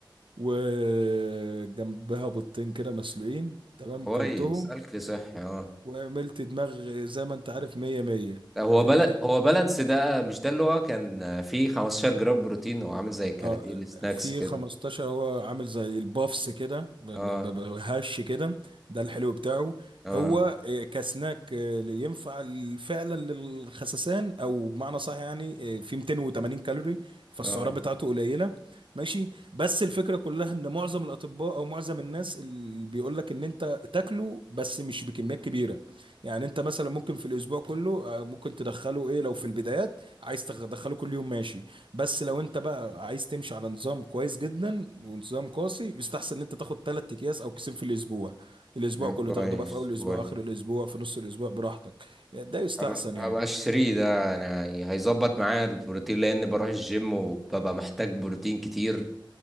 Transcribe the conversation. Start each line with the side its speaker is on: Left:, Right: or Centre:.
Right: وجنبها بيضتين كده مسلوقين تمام
Centre: كويس
Right: كلتهم
Centre: اكل صحي اه
Right: وعملت دماغ زي ما انت عارف مية مية
Centre: هو
Right: انت
Centre: بل... هو بالانس ده مش ده اللي هو كان فيه 15 جرام بروتين هو عامل زي الكاراتيه
Right: اه
Centre: السناكس
Right: في
Centre: كده
Right: 15 هو عامل زي البافس كده ب- ب-
Centre: اه
Right: ب- هش كده ده الحلو بتاعه
Centre: اه
Right: هو آه، كسناك آه، ينفع ال- فعلا للخسسان او بمعنى صح يعني آه، في 280 كالوري فالسعرات
Centre: اه
Right: بتاعته قليله ماشي بس الفكره كلها ان معظم الاطباء او معظم الناس اللي بيقول لك ان انت تاكله بس مش بكميات كبيره يعني انت مثلا ممكن في الاسبوع كله آه، ممكن تدخله ايه لو في البدايات عايز تدخله كل يوم ماشي بس لو انت بقى عايز تمشي على نظام كويس جدا ونظام قاسي يستحسن ان انت تاخد ثلاث اكياس او كيسين في الاسبوع الاسبوع
Centre: آه،
Right: كله
Centre: كويس
Right: تاخده بقى في اول الاسبوع
Centre: كويس
Right: اخر الاسبوع في نص الاسبوع براحتك ده يستحسن
Centre: هبقى هبقى
Right: يعني
Centre: اشتريه ده يعني هيظبط معايا البروتين لان بروح الجيم وببقى محتاج بروتين كتير